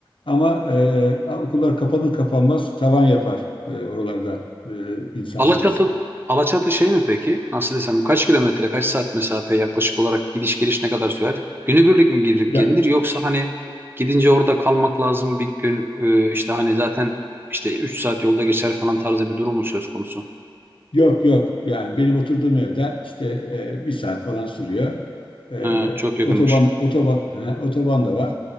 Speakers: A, on the left; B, on the right.
A: Ama e, okullar kapanır kapanmaz tavan yapar e, oralarda e, insan
B: Alaçatı
A: sayısı.
B: Alaçatı şey mi peki? Nasıl desem kaç kilometre, kaç saat mesafe yaklaşık olarak gidiş geliş ne kadar sürer? Günübirlik mi gidilip
A: Ya
B: gelinir yoksa hani gidince orada kalmak lazım bir gün e, işte hani zaten işte 3 saat yolda geçer falan tarzı bir durum mu söz konusu?
A: Yok yok yani benim oturduğum evden işte e, bir saat falan sürüyor. E,
B: Ha, çok yakınmış.
A: otoban otoban he, otoban da var.